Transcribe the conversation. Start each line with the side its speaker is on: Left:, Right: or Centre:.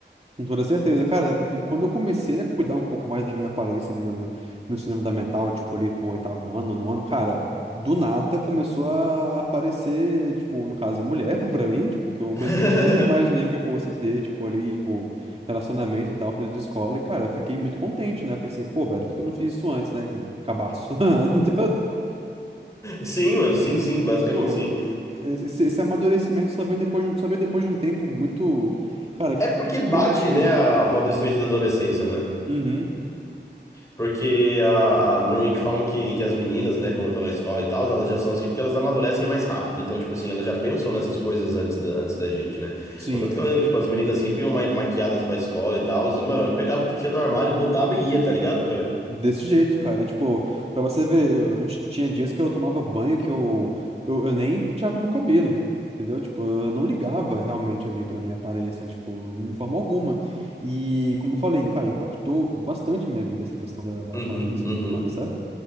Right: Com toda certeza, cara, qu- quando eu comecei a cuidar um pouco mais da minha aparência ali no, no ensino fundamental, tipo ali pro oitavo ano, nono ano, cara, do nada começou a aparecer, tipo, no caso, mulher <laughs> pra mim, tipo, que é uma coisa
Left: <laughs>
Right: que eu nunca imaginei que eu fosse ter, tipo, ali, tipo, relacionamento e tal, coisa de escola, e cara, eu fiquei muito contente, né? Pensei, pô, velho, por que que eu não fiz isso antes, né? Cabaço. <laughs> Entendeu?
Left: Sim,
Right: E,
Left: mano, sim, sim, basicamente
Right: pô,
Left: sim.
Right: é, esse, esse amadurecimento só veio depois, de- só veio depois de um tempo muito, cara, que
Left: É porque bate,
Right: demorou.
Left: né, a- o amadurecimento da adolescência, né?
Right: Uhum.
Left: Porque a, a- normalmente falam que, que as meninas, né, quando estão na escola e tal, elas já são assim porque elas amadurecem mais rápido. Então, tipo assim, elas já pensam nessas coisas antes da, antes da gente, né?
Right: Sim.
Left: Contanto que eu lembro, tipo, as meninas sempre iam ma- maquiadas pra escola e tal. E, mano, eu pegava o que tinha no armário, botava e ia, tá ligado, cara?
Right: Desse jeito, cara. Tipo, pra você ver, eu, ch- tinha dias que eu tomava banho que eu, eu, eu nem penteava meu cabelo, entendeu? Tipo, eu não ligava realmente ali pra minha aparência, tipo, de forma alguma. E, como eu falei, cara, impactou bastante minha vida essa questão da, da
Left: Uhum,
Right: aparência
Left: uhum.
Right: e tudo mais, sabe?